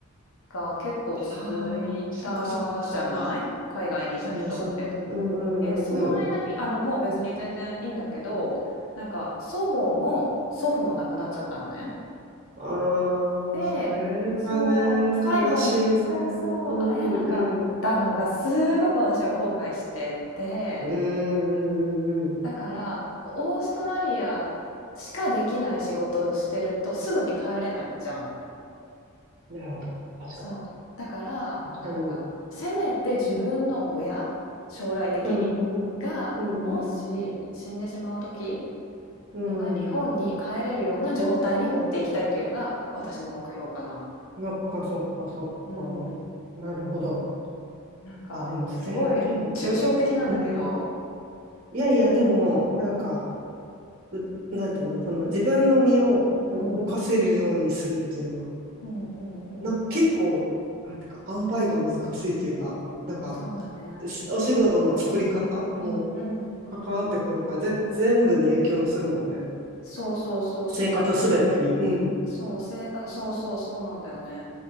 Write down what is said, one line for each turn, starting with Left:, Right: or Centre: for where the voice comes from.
Left: が結構続いたじゃない海外にいた人って。
Right: ああ、そっかそっかそっか。そうね、そうね。うん
Left: うん、で、その間に、
Right: うんうんうんうん。
Left: あの、もう別に全然いいんだけど、なんか祖母も祖父も亡くなっちゃったのね。
Right: ああ、
Left: で、
Right: それがね、
Left: そう、最後に、
Right: 悲しいよね。
Left: そうそう、
Right: うんうんうん。
Left: 会えなかったのがすごく私は後悔してて、
Right: うんうんうんうん。
Left: だから、オーストラリアしかできない仕事をしてるとすぐに帰れないじゃん。
Right: なるほど。確かに。
Left: そう。だから、
Right: 確かに。
Left: なんか、せめて自分の親、将来的に、
Right: うんうん。
Left: が、
Right: うんうん。
Left: もし死んでしまう時
Right: うん。
Left: には日本に帰れるような状態に持っていきたいっていうのが私の目標かな。
Right: そっか、そっか、そっか。
Left: うん。
Right: なるほど。
Left: なんか、
Right: あ、でもそれあるよね。
Left: すごい抽象的なんだけど、
Right: うん。いやいや、でも、なんか、うなんていうの、その自分の身をこう動かせるようにするっていうのは、
Left: うん。うんうんうん。
Right: な、結構、なんていうか、塩梅が難しいっていうか、なんか、
Left: そうだね。
Right: しお仕事の作り方も
Left: うんうん。
Right: 関わってくるから、ぜ、全部に影響するもんね。
Left: そうそうそうそう。
Right: 生活すべてに。うん。
Left: そう、生活そうそう、そうなんだよね。